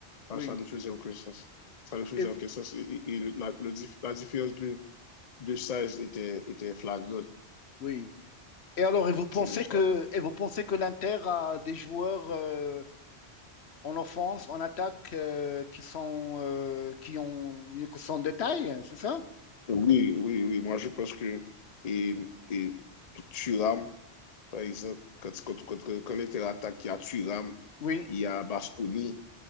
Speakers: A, on the left (about 40°); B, on the left (about 75°).
A: Ça,
B: Oui.
A: ça ne faisait aucun sens. Ça ne faisait
B: Et, v-
A: aucun sens. Et, et, et la, le, la différence de, de size était, était flagrante.
B: oui. Et alors, et vous pensez
A: C'est pour ça.
B: que, et vous pensez que l'Inter a des joueurs euh, en offense, en attaque, euh, qui sont, euh, qui ont, qui sont de taille, c'est ça?
A: Oui, oui, oui. Moi, je pense que et, et Thuram, par exemple, quand, quand, quand, quand il était attaqué, il y a Thuram,
B: Oui.
A: il y a Bastoni,